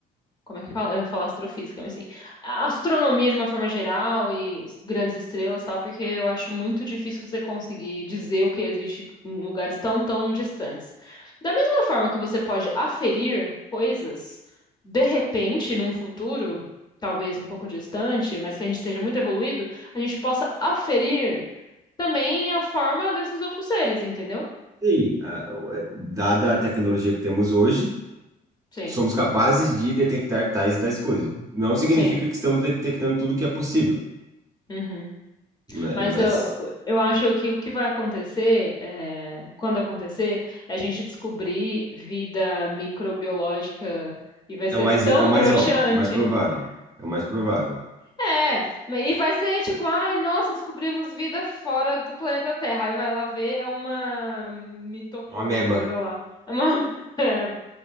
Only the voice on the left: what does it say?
Como é que fala? Eu ia falar astrofísica, mas assim, a astronomia de uma forma geral e s- grandes estrelas, e tal, porque eu acho muito difícil você conseguir dizer o que existe em lugares tão, tão distantes. Da mesma forma que você pode aferir coisas, de repente, num futuro, talvez um pouco distante, mas que a gente esteja muito evoluído, a gente possa aferir também a forma desses outros seres, entendeu?
Sim,
sim.
Uhum.
Mas
eu, eu acho que o que vai acontecer, é, quando acontecer, é a gente descobrir vida microbiológica e vai ser
tão
broxante.
<laughs>
É, ma- e vai ser tipo, ai, nossa, descobrimos vida fora do planeta Terra. Aí vai lá ver, é uma mitocôndria,
sei lá. É uma. <laughs> É,